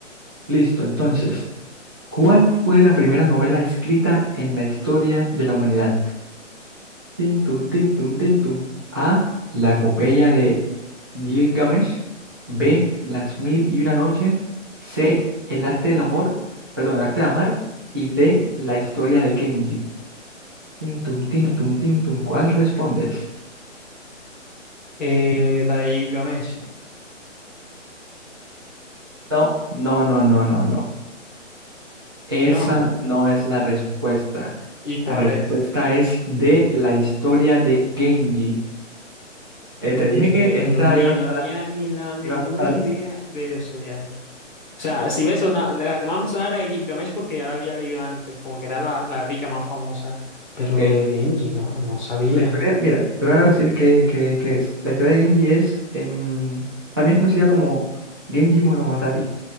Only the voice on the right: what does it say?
Listo, entonces. ¿Cuál fue la primera novela escrita en la historia de la humanidad? Tin, tun, tin, tun, tin, tun. A. La epopeya de Gilgamesh. B. Las mil y una noche. C. El arte del amor. Perdón, el arte de amar. Y D. La historia de Kenji. Tin, tun, tin, tun, tin, tun. ¿Cuál respondes?
No, no, no, no, no, no. Esa
no es la respuesta.
La respuesta
es de la historia de Genji. Eh,
te dije que esta
iba a estar,
iba a estar,
ok.
La historia, mira, te voy a decir qué, qué- qué es. La historia de Genji es, em, también es conocida como Genji Monogatari.